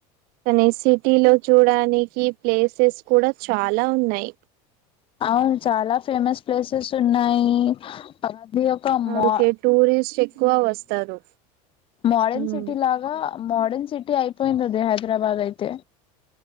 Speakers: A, on the right (about 60°); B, on the left (about 30°).
A: కానీ సిటీ లో చూడడానికి ప్లేసెస్ కూడా చాలా ఉన్నాయి
B: అవును చాలా ఫేమస్ ప్లేసెస్ ఉన్నాయీ ఆది ఒక్ మ
A: అందుకే టూరిస్ట్ ఎక్కువ వస్తారు
B: మోడన్
A: ఉమ్
B: సిటీ లాగ ఇ మోడర్న్ సిటీ అయిపోయింది అది హైదరాబాద్ అయితే